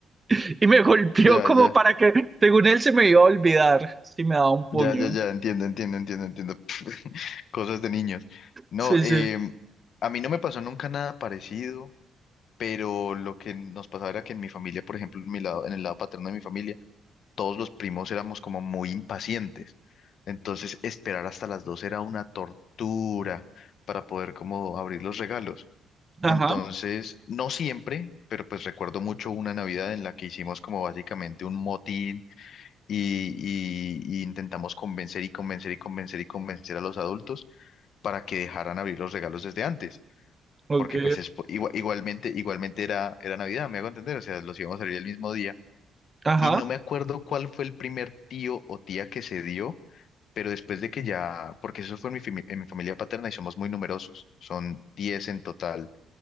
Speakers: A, on the right; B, on the left.
A: <laughs> Y me golpeó
B: Ya,
A: como
B: ya.
A: para que, según él, se me iba a olvidar si me daba un
B: Ya,
A: puño.
B: ya, ya. Entiendo, entiendo, entiendo, entiendo. <tsk> Cosas de niños. No,
A: Sí,
B: eh,
A: sí.
B: a mí no me pasó nunca nada parecido, pero lo que nos pasaba era que en mi familia, por ejemplo, en mi lado, en el lado paterno de mi familia, todos los primos éramos como muy impacientes. Entonces, esperar hasta las dos era una tortura para poder como abrir los regalos.
A: Ajá,
B: Entonces, no siempre, pero pues recuerdo mucho una Navidad en la que hicimos como básicamente un motín y, y- y intentamos convencer y convencer y convencer y convencer a los adultos para que dejaran abrir los regalos desde antes.
A: ok,
B: Porque pues es, igual- igualmente, igualmente era, era Navidad, me hago entender, o sea, los íbamos a abrir el mismo día
A: ajá,
B: y no me acuerdo cuál fue el primer tío o tía que se dio, pero después de que ya, porque eso fue en mi, fami- en mi familia paterna y somos muy numerosos, son 10 en total,